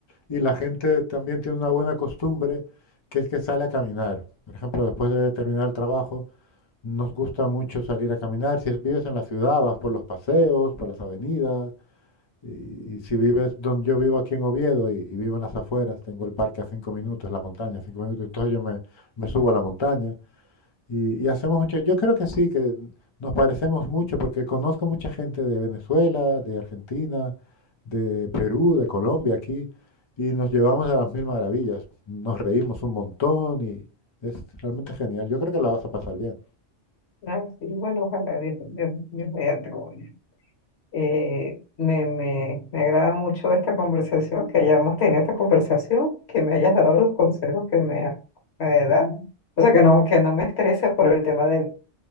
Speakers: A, on the left; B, on the left.
A: y la gente también tiene una buena costumbre, que es que sale a caminar, por ejemplo, después de terminar el trabajo Nos gusta mucho salir a caminar. Si es- vives en la ciudad, vas por los paseos, por las avenidas. Y, y si vives donde yo vivo aquí en Oviedo y, y vivo en las afueras, tengo el parque a cinco minutos, la montaña a cinco minutos, entonces yo me, me subo a la montaña y, y hacemos mucho. Yo creo que sí, que nos parecemos mucho porque conozco mucha gente de Venezuela, de Argentina, de Perú, de Colombia aquí y nos llevamos a las mil maravillas. Nos reímos un montón y es realmente genial. Yo creo que la vas a pasar bien.
B: ah, sí, bueno, ojalá, Dios, Dios, Dios mediante, como dice. Eh, me, me, me agrada mucho esta conversación, que hayamos tenido esta conversación, que me hayas dado los consejos que me has eh, dado. O sea, que no, que no me estrese por el tema del,